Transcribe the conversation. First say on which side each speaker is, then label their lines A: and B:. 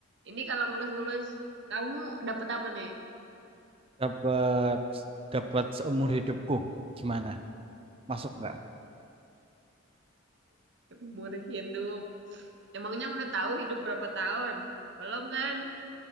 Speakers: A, on the right; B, on the right.
A: Ini kalau ngelus-ngelus, kamu dapet apa nih?
B: Dapat dapat seumur hidupku. Gimana? Masuk nggak?
A: Umur hidup. Emangnya udah tahu hidup berapa tahun? Belum kan?